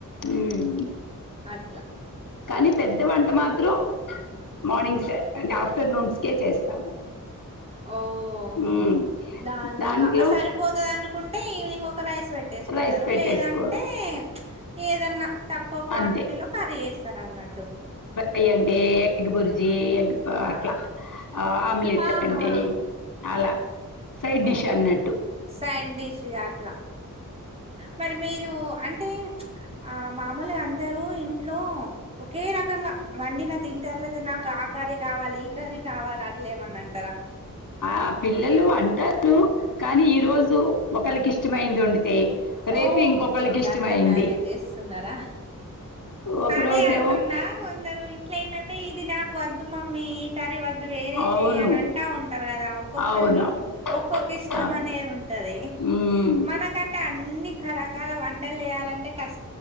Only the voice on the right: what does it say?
అట్లా
ఓహో
దాన్నిగ,
సరిపోతదనుకుంటే ఈవినింగ్ ఒ ఒక రైస్ పెట్టేసుకుంటరు
లేదంటే, ప్చ్ ఏదన్న తక్కువ క్వాంటిటీలో
కర్రి చేస్తారు అన్నట్టు.
ఆ
ఆహా
ఓ
సైడ్ డిష్గా అట్లా. మరి మీరు అంటే, ప్చ్ ఆ మామూలుగ అందరూ ఇంట్లో ఒకే రకంగా వండిన తింటరు, లేతే నాకు ఆ కర్రి కావాలి ఈ కర్రి కావాలి అట్లే ఏమన్న అంటరా?
ఓకే.
ఓకే.
అట్లా మేనేజ్ జేస్తున్నారా?
అదే
అంటున్నా, కొందరు ఇంట్లయినంటే ఇది నాకు వద్దు మమ్మీ. టరి వద్దు వేరే
చేయని అంటా ఉంటారు కదా, ఒక్కొక్కరికి
ఒక్కొక్క ఇష్టం
అనేది ఉంటది టది,
మనకంటే అన్ని క రకాల వంటలు చేయాలంటే కష్